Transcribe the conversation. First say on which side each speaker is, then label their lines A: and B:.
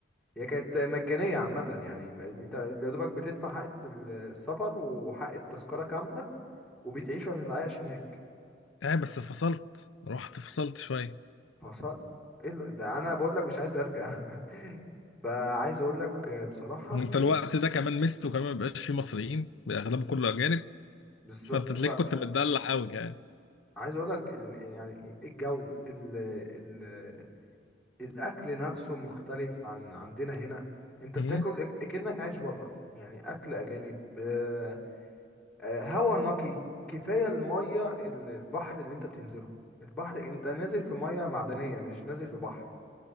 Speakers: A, in the centre; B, on the left.
A: هي كانت مجانية عامة يعني ما- انت يا دوبك بتدفع حق ال- السفر وحق التذكرة كاملة وبتعيش وتتعايش هناك
B: اه بس فصلت رحت فصلت شويه
A: فصل ايه ال- ده انا بقول لك مش عايز ارجع <laughs> فعايز اقول لك بصراحة
B: وانت
A: كانت
B: الوقت ده كمان مستو كمان مبقاش فيه مصريين اغلبه كله اجانب
A: بالظبط
B: فانت تلاقيك كنت متدلع قوي يعني
A: عايز اقول لك ال... يعني الجو ال... ال... الاكل نفسه مختلف عن عندنا هنا انت
B: مم.
A: بتاكل إك- كأنك عايش بره يعني اكل اجانب آه، آه، هوا نقي كفايه الميه ال- البحر اللي انت بتنزله البحر انت نازل في ميه معدنيه مش نازل في بحر